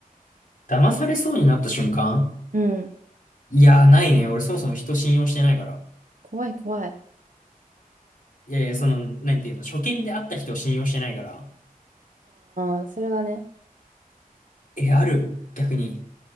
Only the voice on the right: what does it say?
うん。
怖い怖い。
ああ、それはね。